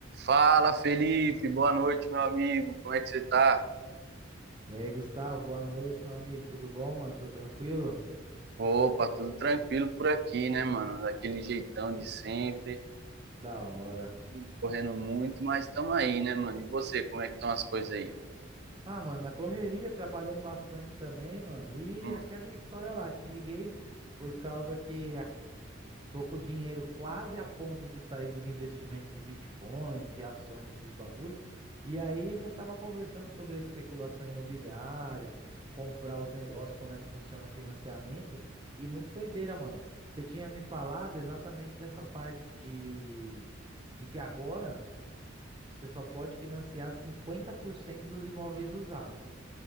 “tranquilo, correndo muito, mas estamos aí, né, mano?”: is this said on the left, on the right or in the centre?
Right